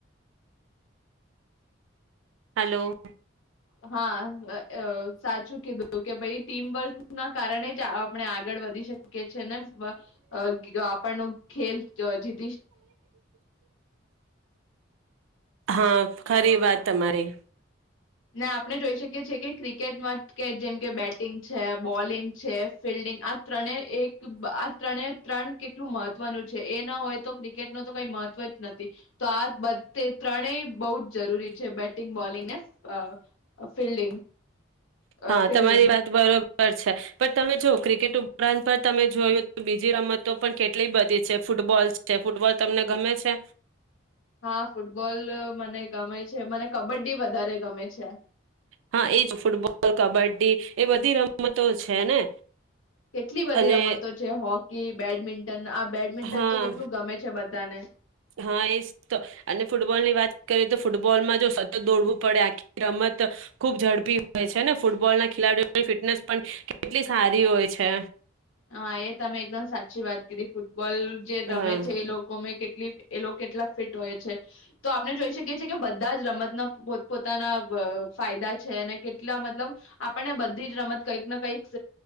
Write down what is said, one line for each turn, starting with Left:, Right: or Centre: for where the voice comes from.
Right: હલો.
Left: હા. અ સાચું કીધું. તો કે ભાઈ ટીમ વર્ક ના કારણે જ આપણે આગળ વધી શકે છે નેમ અ આપણ ન ખેલ જ
Right: હા ખરી વાત તમારી.
Left: ના. આપણે જોઈ શકીએ છીએ કે ક્રિકેટમાં કે જેમ કે બેટિંગ છે, બોલિંગ છે, ફિલ્ડિંગ આ ત્રણે એક આ ત્રણે ત્રણ કેટલું મહત્વનું છે એ ના હોય તો ક્રિકેટ ન તો કઈ મહત્વ જ નથી તો આ બધે ત્રણેય બહુ જ જરૂરી છે બેટિંગ બોલિંગ ને હા ફિલ્ડિંગ. અ
Right: હા
Left: ફિલ્ડિંગ
Right: તમારી વાત બરો બર છે પણ તમે જો ક્રિકેટ ઉપરાંત પર તમે જોયું તો બીજી રમતો પણ કેટલી બધી છે ફૂટબોલ છે, ફૂટબોલ તમને ગમે છે?
Left: હા ફૂટબોલ મને ગમે છે, મને કબડ્ડી વધારે ગમે છે.
Right: હા એજ ફૂટબોલ કબડ્ડી એ બધી રમતો છે ને
Left: કેટલી બધી
Right: અને
Left: રમતો છે હોકી, બેડમિન્ટન આ બેડમિન્ટન
Right: હા
Left: તો કેટલું ગમે છે બધ તને
Right: હા એ તો, અને ફૂટબોલ ની વાત કરીએ તો ફૂટબોલમાં જો સતત દોડવું પડે આખી રમત, ખુબ ઝડપી હોય છે ને ફૂટબોલ ના ખેલાડીઓની ફિટનેસ પણ, કેટલી સારી હોય છે.
Left: હા એ તમે એકદમ સાચી વાત કીધી. બલ જે રમે
Right: હા
Left: છે એ લોકોં મે કે એ લોકો કેટલા ફિટ હોય છે, તો આપણે જોઈ શકીએ છે કે બધા જ રમતના પો પોતાના ફાયદા છે અને કે એટલા મતલબ, આપણને બધી જ રમત કંઈક ને કઈક